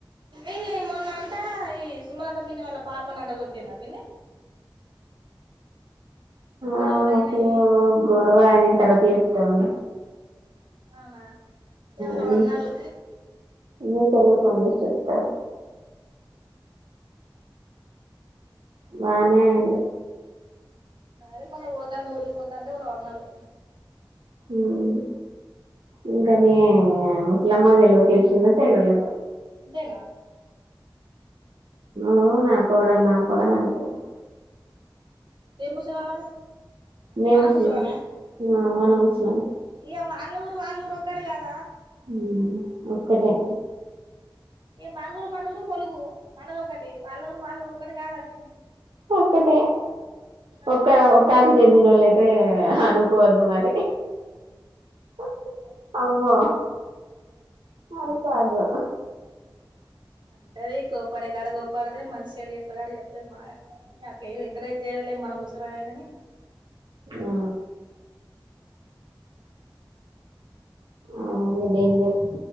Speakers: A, on the right; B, on the right.
A: ఇవి మొన్న అంటా ఈ సుమలత పిన్నీ వాళ్ళ పాపనాట కొట్టిల్లా పిన్నీ. గొడవలు
B: ఆ మాకు
A: అయినాయి
B: గొడవ అయిన తర్వాత చెప్తా ఉండే.
A: అవునా ఎవలో
B: అని
A: అన్నారు
B: మీ చెల్లకు ఫోన్ చేసి చెప్తా ఆగు. బానే అయింది.
A: అదే మొన్న పోతాండు ఊరికి పోతాంటే ఎవురో అన్నరు.
B: మ్మ్ ఇంకా మీ ముస్లమ్మకి తెలిశిందో తెలవలేదో.
A: ఇంతేనా
B: ఓ నా కోడలు, నా కోడలు అంటది.
A: ఎ ముసలామే?
B: మీ
A: మన
B: ముసలమ్మ
A: ముసలామే.
B: మన ముసలమ్మ
A: ఇహా వాళ్ళూరు వాళ్ళూరు ఒక్కటి కాదా.
B: హ్మ్ ఒక్కటే.
A: ఏ మనూరు మనూరు ములుగు మనదొకటి. వాళ్ళూరు వాళ్ళూరు ఒక్కటి కాదా పిన్ని.
B: ఒక్కటే
A: మరి
B: ఒక ఒక ఆకు కు చెందినోళ్ళైతే అనుకోవద్దు మరి. <unintelligible> అమ్మో అనుకోవద్దు.
A: అంటది కోప్పడే కాడ కోప్పడితే మంచిగాడు చెప్పకడా చెప్తది మాగా ఇంక అట్లే ఏమి ఎంకరేజ్ చేయం మనం ముసిలొలాం కాని
B: ఆ అవును డేంజర్